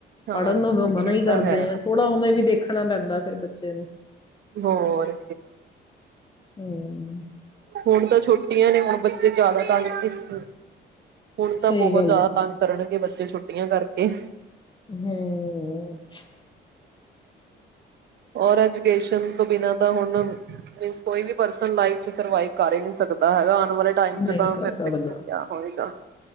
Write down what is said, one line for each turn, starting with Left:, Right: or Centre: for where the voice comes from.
Right: ਹਾਂਜੀ
Left: ਪੜ੍ਹਨ ਨੂੰ ਮਨਾ
Right: ਇਹ
Left: ਹੀ ਕਰਦੇ
Right: ਤਾਂ ਹੈ।
Left: ਥੋੜ੍ਹਾ ਉਵੇ ਵੀ ਦੇਖ ਰੱਖਣਾ ਪੈਂਦਾ ਫੇਿਰ ਬੱਚੇ ਨੂੰ,
Right: ਹੋਰ,
Left: ਹਮ
Right: ਹੁਣ ਤਾਂ ਛੋਟੀ ੁਟੀਆਂ ਨੇ ਹੁਣ ਬੱਚੇ ਜ਼ਿਆਦਾ ਤ ਸਖੇ ਹੁਣ
Left: ਸਹੀ
Right: ਤਾਂ ਬਹੁਤ
Left: ਗੱਲ
Right: ਜ਼ਿਆਦਾ
Left: ਹੈ।
Right: ਤੰਗ ਕਰਨਗੇ ਬੱਚੇ ਛੁੱਟੀਆਂ ਕਰਕੇ
Left: ਹਮ
Right: ਤੋਂ ਬਿ ਹੁ ਕੋਈ ਵੀ ਸਰਵਾਵ ਕਰ ਹੀ ਨ ਸਕਦਾ ਹੈ ਵਾਲੇ ਟਾਈਮ ਚ
Left: ਨਹੀਂ
Right: ਤਾਂ
Left: ਕਰ
Right: ਫਿਰ
Left: ਸਕਦਾ
Right: ਕ ਹੋਏਗਾ